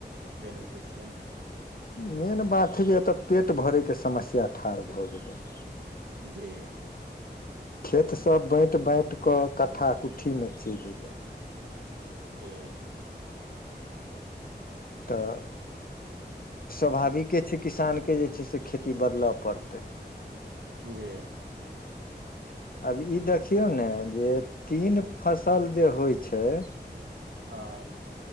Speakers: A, on the right (about 85°); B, on the left (about 55°).
A: बेनिफिट छैय।
B: मेन बात हय जे एत पेट भरैके समस्या ठाढ़ भऽ गेलै।
A: जी
B: खेतसब बाँटि बाँटिकऽ कट्ठा कुट्ठीमे चलि एलय।
A: ए
B: तऽ स्वाभाविके छैय किसानके जे छैय से खेती बदलऽ पड़तै।
A: जी
B: आब ई देखियौ ने जे तीन फसल जे होइ छैय।
A: हँ